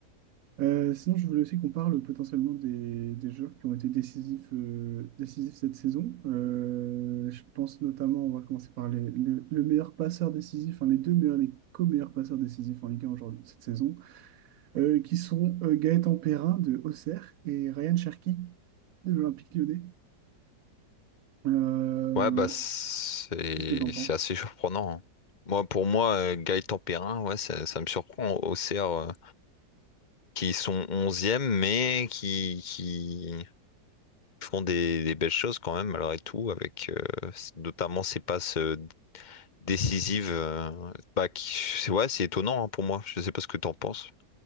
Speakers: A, on the right; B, on the left.
A: Euh, sinon, je voulais aussi qu'on parle potentiellement des, des joueurs qui ont été décisifs, euh, décisifs cette saison. Euh, je pense notamment, on va commencer par les- le, le meilleur passeur décisif, enfin les deux meilleurs, les co-meilleurs passeurs décisifs en Ligue 1 aujourd'hui, cette saison, euh, qui sont euh, Gaëtan Perrin de Auxerre et Ryan Cherki de l'Olympique Lyonnais. Euh,
B: Ouais, bah c'est
A: qu'est-ce que tu en penses?
B: c'est assez surprenant. hein. Moi, pour moi, euh, Gaëtan Perrin, ouais, ça, ça me surprend au CR euh, qui sont onzième mais qui, qui font des, des belles choses quand même, malgré tout, avec euh, notamment ces passes euh, décisives. euh, bah, qui- c'est- ouais, c'est étonnant hein, pour moi. Je sais pas ce que t'en penses.